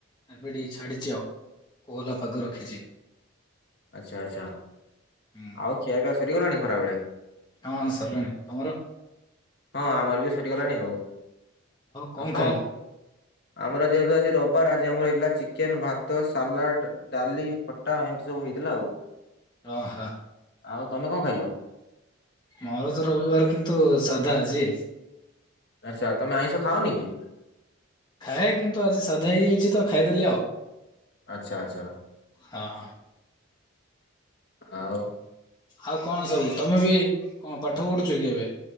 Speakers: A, on the left; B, on the left.
A: ଏବେ ଟିକେ ଛାଡି଼ଚି ଆଉ କୋହଲା ପାଗ ରଖିଚି।
B: ଆଚ୍ଛା ଆଚ୍ଛା
A: ହୁଁ
B: ଆଉ ଖିଆପିଆ ସରିଗଲାଣି ଖରାବେଳେ?
A: ହଁ ସରିଲାଣି ତମର?
B: ହଁ ଆମର ବି ସରିଗଲାଣି ଆଉ।
A: କଣ
B: ଆଉ କଁ
A: ଖାଇଲ?
B: ଆମର ଆଜି ଯେହେତୁ ଆଜି ରବାର ଆଜି ଆମର ହେଇଥିଲା ଚିକେନ୍, ଭାତ, ସାଲାଡ଼ ଡାଲି, ଖଟା ଏନ୍ତି ସବୁ ହେଇଥିଲା ଆଉ।
A: ଅହ।
B: ଆଉ ତମେ କଁ ଖାଇଲ?
A: ମୋର ତ ରବିବାର କିନ୍ତୁ ସାଧା ଆଜି।
B: ଆଚ୍ଛା ତମେ ଆଇଁଷ ଖାଅନି କି?
A: ଖାଏ କିନ୍ତୁ ଆଜି ସାଧା ହୋଇଯାଇଛି ତ ଖାଇଦେଲି ଆଉ।
B: ଆଚ୍ଛା ଆଚ୍ଛା
A: ହଁ ହଁ
B: ଆଉ
A: ଆଉ କଣ ସବୁ ତମେ ବି କଁ ପାଠ ପଢ଼ୁଚ କି ଏବେ?